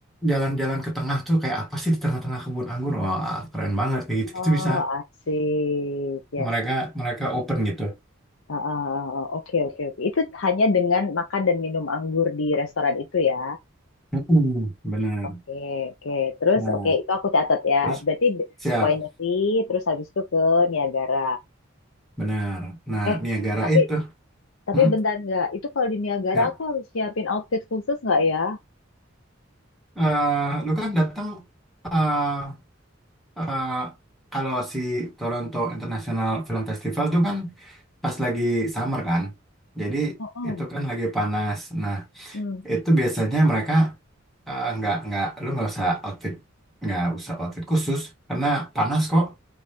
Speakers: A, in the centre; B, on the left (about 80°).
A: jalan-jalan ke tengah tuh kayak apa sih di tengah-tengah kebun anggur? Wah, keren banget kayak gitu.
B: Oh,
A: Itu bisa
B: asik. Ya
A: mereka mereka open gitu.
B: Ah, ah, ah, oke, oke, oke. Itu hanya dengan makan dan minum anggur di restoran itu ya.
A: Mm-mm, Bener.
B: Oke, oke. Terus,
A: Nah,
B: oke, itu aku catat ya.
A: terus
B: Berarti d-
A: siap.
B: winery, terus habis itu ke Niagara.
A: Benar. Nah,
B: Eh,
A: Niagara
B: tapi
A: itu.
B: tapi
A: Hmm?
B: bentar nggak. Itu kalau di Niagara
A: Siap.
B: aku harus nyiapin outfit khusus nggak ya?
A: eh lu kan datang eh eh, kalau si Toronto International Film Festival tuh kan pas lagi summer kan. Jadi
B: Mm-mm.
A: itu kan lagi panas. Nah,
B: Hmm.
A: itu biasanya mereka eh, nggak nggak lu nggak usah outfit nggak usah outfit khusus karena panas kok.